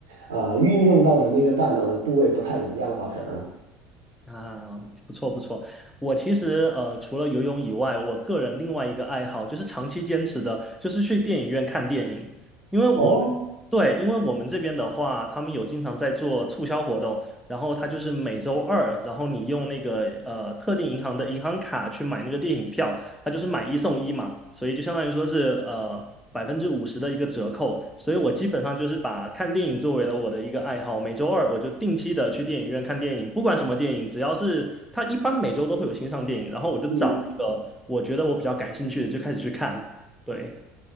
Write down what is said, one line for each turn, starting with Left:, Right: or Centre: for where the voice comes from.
Right: 呃运用到的那个大脑的部位不太一样吧？可能
Centre: 啊，不错不错。我其实呃，除了游泳以外，我个人另外一个爱好就是长期坚持的，就是去电影院看电影。因为我们对，
Right: 哦，
Centre: 因为我们这边的话，他们有经常在做促销活动，然后他就是每周二，然后你用那个呃特定银行的银行卡去买那个电影票，它就是买一送一嘛，所以就相当于说是呃百分之五十的一个折扣，所以我基本上就是把看电影作为了我的一个爱好，每周二我就定期的去电影院看电影，不管什么电影，只要是它一般每周都会有新上电影，然后我就找那个我觉得我比较感兴趣的就开始去看。
Right: 嗯嗯，
Centre: 对，